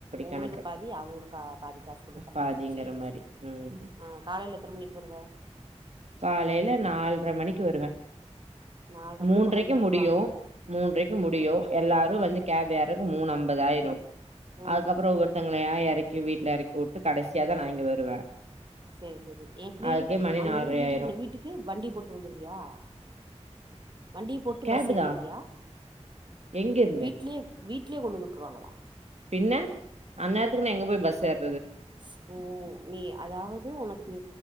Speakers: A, on the right; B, on the right.
A: உங்களுக்கு
B: கணக்கு
A: பாதி அவுங்க க பாதி காசு குடுத்தர்ராங்க
B: பாதிங்கிற
A: செரி
B: மாரி
A: செரி
B: ம்
A: ஆஹ் காலைல எத்தன மணிக்கு வருவ
B: காலைல நால்ர மணிக்கு வருவேன்
A: நால்ர
B: மூன்றைக்கு
A: மணிக்கு கொண்டு வந்து வுட்ருவாங்க
B: முடியும் மூன்றைக்கு
A: ம்
B: முடியும் எல்லாரும் வந்து கேப் ஏறக்கு மூணு அம்பதாயிரும்
A: ம்
B: அதுக்கப்பறோ ஒவ்வொருத்தங்களயா எறக்கி வீட்டு்ல எறக்கி உட் கடசியா தா நா இங்க வருவே
A: செரி செரி எப்டி
B: அதுக்கே மணி
A: அங்கிருந்
B: நால்ரை
A: ந்து வீட்டுக்கு
B: ஆயிரு
A: வீட்டுக்கு வண்டி போட்டு வந்துருவியா வண்டிய போட்டு
B: கேபு
A: பஸ் ஏறிருவயா
B: தா எங்க இருந்து
A: வீட்லே வீட் வீட்லயே கொண்டு வந்து விட்டுருவாங்களா
B: பின்ன அந்நேரத்துக்கு நா எங்க போயி பஸ் ஏற
A: ஸ் ஓ நீ அதாவது உனக்கு